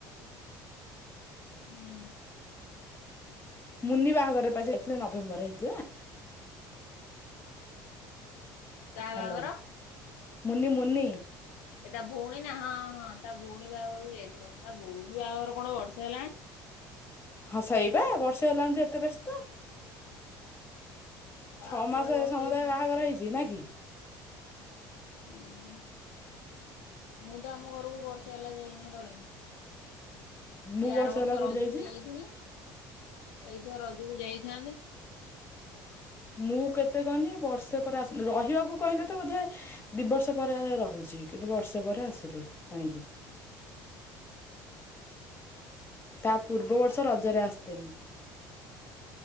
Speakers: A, on the left; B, on the left.
A: ହୁଁ
B: ମୁନି ବାହାଘର ପା ଯାଇଥିଲେ ନଭେମ୍ବର ହେଇଥିଲା
A: କାହା
B: ହ୍ୟାଲୋ
A: ବାହାଘର?
B: ମୁନି ମୁନି
A: ଏ ତା ଭଉଣୀ ନା ହଁ ହଁ ତା ଭଉଣୀ ବାହାଘରକୁ ଯାଇଥିଲା ତା ଭଉଣୀ ବାହାଘର କଣ ବର୍ଷେ ହେଲାଣି
B: ହଁସେଇବା ବର୍ଷେ ହେଲାଣି ଯେ ଏତେ ବ୍ୟସ୍ତ
A: ତାର
B: ଛଅ
A: କୁଆଡେ
B: ମାସ
A: ବର୍ଷେ
B: ସମୁଦାୟ
A: ହେଇଛି
B: ବାହାଘର ହେଇଛି ନା କି
A: ହୁଁ ମୁଁ ତ ଆମ ଘରକୁ ବର୍ଷେ ହେଲା ଯାଇନି ରହିନି
B: ମୁଁ
A: ସେ ଆର
B: ବର୍ଷେ
A: ବର୍ଷ
B: ହେଲା କୋଉଠି
A: ରଜକୁ
B: ଯାଇଛି।
A: ଯାଇ ଥିନୀ ଏଇଥିର ରଜକୁ ଯାଇଥାନ୍ତି।
B: ମୁଁ କେତେ କହନି ବର୍ଷେ ପରେ ଆସନି ରହିବାକୁ କହିଲେ ତ ବୋଧେ ଦି ବର୍ଷ ପରେ ରହୁଛି କିନ୍ତୁ ବର୍ଷେ ପରେ ଆସିଲି ଆଣିକି ତା ପୂର୍ବ ବର୍ଷ ରଜରେ ଆସିଥିନି